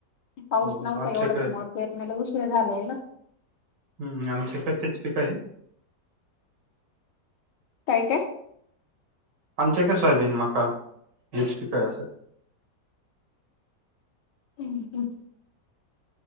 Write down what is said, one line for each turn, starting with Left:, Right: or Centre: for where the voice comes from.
Left: पाऊस
Right: हो, हो.
Left: नव्हता
Right: आमच्याकडे
Left: एवढं त्यामुळे पेरणीला उशीर झालंय ना
Right: हम् आमची पण तेच पिक हायत
Left: काय काय
Right: आमच्याकडं हाय सोयाबीन मका हेच पी काय असत
Left: हम् हम